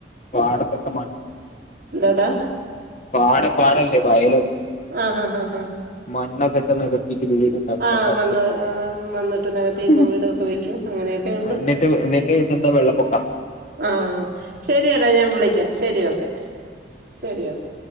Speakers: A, on the left; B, on the right.
A: പാടത്തെ <unintelligible>
B: എന്താടാ
A: പാടം പാടല്ലേ വയലൊക്കെ
B: ആഹ് ആഹ് ആഹ് ആഹ്
A: മണ്ണൊക്കെ നികത്തിട്ട് വീട്ണ്ടാക്ക
B: ആഹ് മണ്ണ് മണ്ണിട്ട് നികത്തി
A: <unintelligible>
B: ഇപ്പം വീടൊക്കെ വെക്കും അങ്ങനെയൊക്കെയുണ്ട്
A: എന്നിട്ട് എന്നിട്ട് എന്താ വെള്ളപ്പൊക്ക
B: ആഹ് ശരിയെടാ ഞാൻ വിളിക്കാം ശരി ഓക്കെ ശരി ഓക്കെ